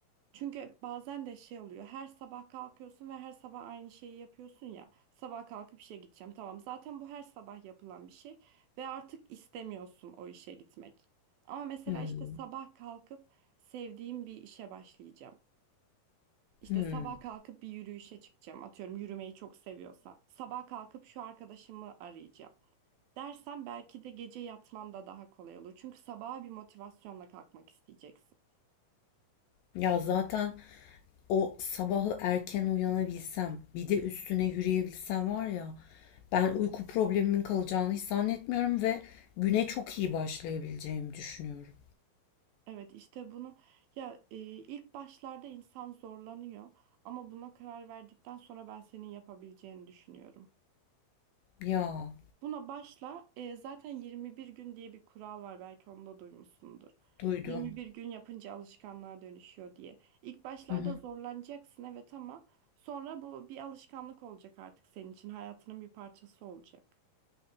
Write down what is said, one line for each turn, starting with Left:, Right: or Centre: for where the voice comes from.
Right: Çünkü bazen de şey oluyor. Her sabah kalkıyorsun ve her sabah aynı şeyi yapıyorsun ya. Sabah kalkıp işe gideceğim. Tamam, zaten bu her sabah yapılan bir şey ve artık istemiyorsun o işe gitmek. Ama mesela
Left: hmm,
Right: işte sabah kalkıp sevdiğim bir işe başlayacağım. İşte
Left: hmm.
Right: sabah kalkıp bir yürüyüşe çıkacağım. Atıyorum yürümeyi çok seviyorsam. Sabah kalkıp şu arkadaşımı arayacağım. Dersen belki de gece yatman da daha kolay olur. Çünkü sabaha bir motivasyonla kalkmak isteyeceksin.
Left: Ya zaten o sabahı erken uyanabilsem, bir de üstüne yürüyebilsem var ya, ben uyku problemimin kalacağını hiç zannetmiyorum ve güne çok iyi başlayabileceğimi düşünüyorum.
Right: Evet işte bunu ya e, ilk başlarda insan zorlanıyor ama buna karar verdikten sonra ben senin yapabileceğini düşünüyorum.
Left: Ya,
Right: Buna başla. Ee, zaten 21 gün diye bir kural var belki onu da duymuşsundur.
Left: duydum.
Right: 21 gün yapınca alışkanlığa dönüşüyor diye. İlk başlarda
Left: Hı hı.
Right: zorlanacaksın evet ama sonra bu bir alışkanlık olacak artık senin için. Hayatının bir parçası olacak.